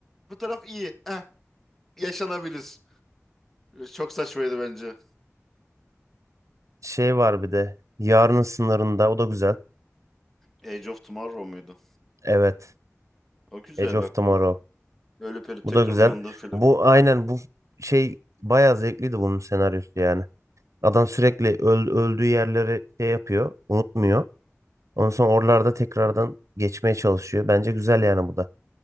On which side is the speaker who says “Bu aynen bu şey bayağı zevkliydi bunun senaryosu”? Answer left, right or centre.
Right